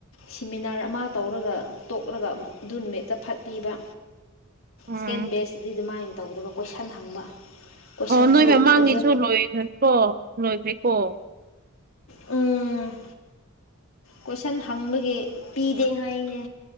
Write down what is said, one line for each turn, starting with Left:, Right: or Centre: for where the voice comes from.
Left: ꯁꯤꯃꯤꯅꯥꯔ ꯑꯃ ꯇꯧꯔꯒ ꯇꯣꯛꯂꯒ ꯑꯗꯨ ꯅꯨꯃꯤꯠꯇ ꯐꯠꯄꯤꯕ
Right: ꯎꯝ
Left: ꯁꯤꯀꯦꯟ ꯕꯦꯁꯇꯗꯤ ꯑꯗꯨꯃꯥꯏꯅ <unintelligible> ꯇꯧꯔꯒ ꯀꯣꯏꯁꯟ ꯍꯪꯕ ꯀꯣꯏꯁꯟꯁꯨ
Right: ꯑꯣ ꯅꯣꯏ ꯃꯃꯥꯡꯒꯤꯁꯨ
Left: ꯑꯣꯖꯥ
Right: ꯂꯣꯏ <unintelligible> ꯀꯣ ꯂꯣꯏꯈ꯭ꯔꯦꯀꯣ
Left: ꯎꯝ ꯀꯣꯏꯁꯟ ꯍꯪꯕꯒꯤ ꯄꯤꯗꯦ ꯍꯥꯏꯅꯦ